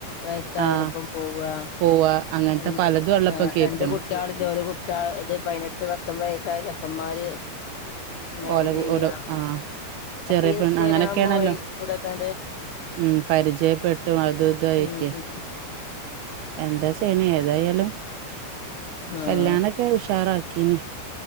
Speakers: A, on the left; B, on the right.
A: വയസ്സായാരൊപ്പം
B: ആഹ്
A: പോവാ
B: പോവാ അങ്ങനത്തെ
A: അല്ലെങ്കി
B: പലതും ഉള്ളപ്പോ
A: ഏ
B: കേക്കണ്
A: രണ്ട് കു ട്ടിയാള് ഇല്ലോല് കുട്ടിയാള് ഇത് പതിനെട്ട് പത്തൊമ്പത് വയസ്സായ ചെക്കന്മാര് മാരേജ്
B: ഓല കു
A: ചെയ്യ
B: ഓലോ ആ ചെറിയ
A: ഒക്കെ ഇൻസ്റ്റഗ്രാം
B: പെണ്ണ് അങ്ങനെ ക്കേയാണല്ലോ
A: വഴി കൂടെക്കണ്ട്
B: ഉം പരിചയപ്പെട്ടും അതും ഇതും ആയിട്ടേ
A: ഉം ഉം
B: എന്താ ചെയ്യ്ണെ ഏതായാലും
A: ആഹ്
B: കല്യാണ ക്കെ ഉഷാറ് ആക്കീനി